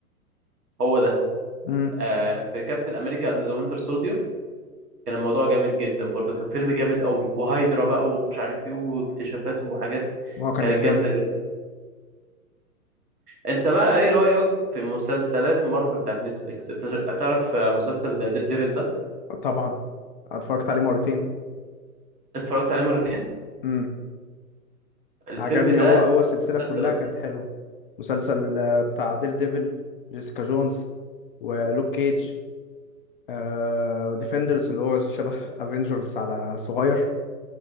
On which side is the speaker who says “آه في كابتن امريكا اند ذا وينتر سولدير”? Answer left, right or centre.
Right